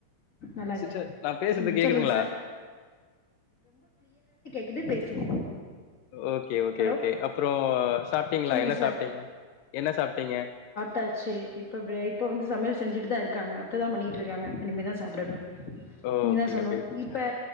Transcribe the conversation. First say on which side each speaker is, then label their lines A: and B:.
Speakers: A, on the left; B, on the left.
A: நல்லா
B: சிஸ்டர்
A: இருக்க
B: நா பேசுறது
A: ம்
B: கேக்குதுங்களா
A: சொல்லுங்க சார் க்குது பேசுங்க
B: ஓகே ஓகே
A: ஹலோ
B: ஓகே அப்புறோ சாப்ட்டீங்களா
A: சொல்லுங்க
B: என்ன
A: சார்
B: சாப்ட்டீங்க என்ன சாப்ட்டீங்க
A: தாச்சு இப்ப ப்ரேக் இப்ப வந்து சமையல் செஞ்சிட்டு தா இருக்காங்க அத்ததா பண்ணிகிட்டு இருக்காங்க இனிமே தா சாப்புடணு
B: ஓகே
A: நீங்க தா சொல்லனு
B: ஓகே சிஸ்டர்
A: இப்ப